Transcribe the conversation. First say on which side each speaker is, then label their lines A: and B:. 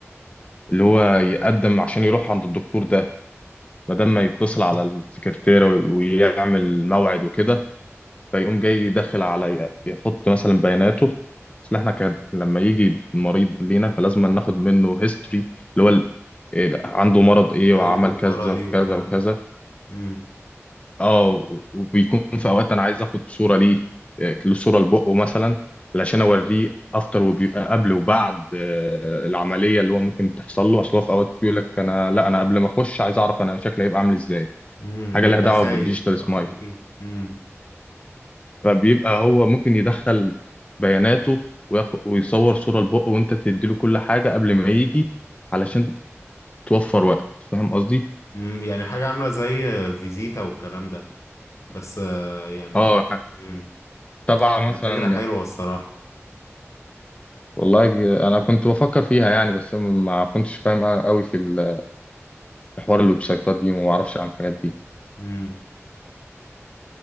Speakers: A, on the left; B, on the left.
A: اللي هو يقدم عشان يروح عند الدكتور ده بدل ما يتصل على السكرتيرة ويعمل موعد وكده فيقوم جاي داخل على يحط مثلا بياناته اصل احنا كان لما يجي المريض لينا فلازم ناخد منه هيستوري اللي هو ال- إيه، عنده
B: مم.
A: مرض ايه
B: التاريخ
A: وعمل
B: المرضي
A: كذا وكذا
B: والكلام
A: وكذا
B: ده امم
A: اه و- وبيكون في اوقات انا عايز اخد صوره ليه آه، له صوره لبقه مثلا علشان اوريه افتر وبيبقى قبل وبعد آه، العمليه اللي هو ممكن تحصل له اصل هو في اوقات بيقول لك انا لا انا قبل ما اخش عايز اعرف انا شكلي هيبقى عامل ازاي
B: امم
A: حاجه
B: بيبقى
A: لها دعوه
B: خايف
A: بالديجيتال
B: اه
A: سمايل
B: اكيد امم
A: فبيبقى هو ممكن يدخل بياناته وياخد ويصور صوره لبقه وانت تديله كل حاجه قبل ما يجي علشان توفر وقت فاهم قصدي؟
B: امم يعني حاجة عاملة زي فيزيتا والكلام ده بس آه، يعني
A: اه
B: امم
A: طبعا مثلا
B: الفكرة حلوة الصراحة
A: والله انا كنت بفكر فيها يعني بس ما كنتش فاهم قوي في ال- في حوار الويب سايتات دي وما اعرفش عن الحاجات دي
B: امم